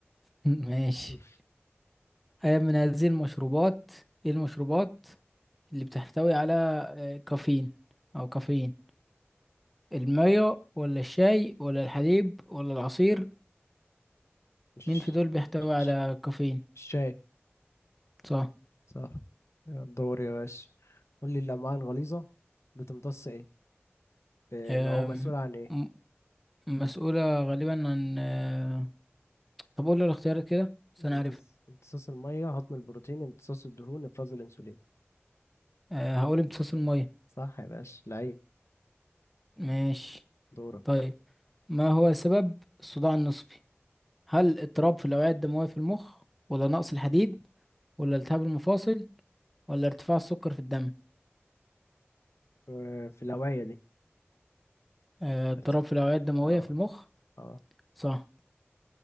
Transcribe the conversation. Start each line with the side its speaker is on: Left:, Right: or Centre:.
Centre: <laughs> ماشي
Left: <laughs>
Centre: أي من هذه المشروبات ايه المشروبات اللي بتحتوي على آه، كافيين أو كافيين المية ولا الشاي ولا الحليب ولا العصير
Left: الش-
Centre: مين في دول بيحتوي
Left: الش-
Centre: على كافيين
Left: الشاي
Centre: صح
Left: صح الدور يا باشا قول لي الأمعاء الغليظة بتمتص ايه ب-
Centre: أم،
Left: أو مسؤول عن ايه
Centre: م- مسؤولة غالبا عن أه، طب قول لي الاختيارات كده بس
Left: امتص-
Centre: انا عارف
Left: امتصاص المية هضم البروتين امتصاص الدهون افراز الأنسولين
Centre: أه، هقول امتصاص المية
Left: صح يا باشا لعيب
Centre: ماشي
Left: دورك
Centre: طيب ما هو سبب الصداع النصفي هل اضطراب في الأوعية الدموية في المخ ولا نقص الحديد ولا التهاب المفاصل ولا ارتفاع السكر في الدم
Left: آه، في الهواية دي
Centre: أه، اضطراب
Left: ارتف...
Centre: في الأوعية الدموية
Left: اه
Centre: في المخ
Left: اه
Centre: صح